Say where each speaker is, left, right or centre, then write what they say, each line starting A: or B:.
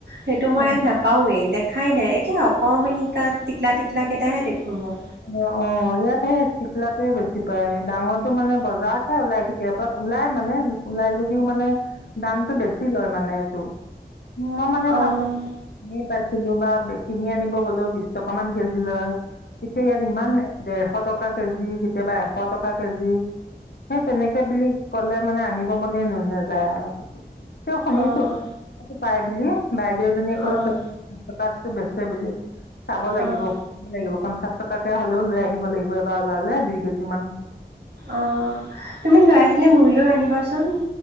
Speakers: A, on the right; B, on the left.
A: সেইটো মই ইয়াত
B: অ
A: নাপাওঁৱেই দেখাই নাই, একে অকমানিকাইটা টিকলা টিকলাকেইটাহে দেখোঁ মই।
B: অহ', অহ' ইয়াতহে টিকলাটোৱে বেছি পায়, ডাঙৰটো মানে বজাৰতহে ওলাই কেতিয়াবা ওলাই মানে ওলাই যদিওঁ মানে দামটো বেছি লয় মানে এইটো। মই মানে ভাবো
A: অ',
B: এনে পাইছিলো বা কিনি আনিব গলো বিশ টকা মান কেজি লয়। এতিয়া ইয়াত ইমান ডেৰশ টকা কেজি, কেতিয়াবা এশ টকা কেজি। সেই তেনেকে বুলি কলে মানে আনিব মনে নেযায় আৰু। তেওঁ শুনিছো
A: অ',
B: তাতে পাই বুলি বাইদেউজনীয়ে কৈছে।
A: অ',
B: কাবতটো বেচে বুলি, চাব লাগিব
A: অ',
B: সুধিব লাগিব পঞ্চাশ টকাকে হ'লেও লৈ আহিব লাগিব, এবাৰ ওলালে দুই কেজি মান।
A: অহ', তুমি লৈ আহিলে মোলৈ আনিবাচোন,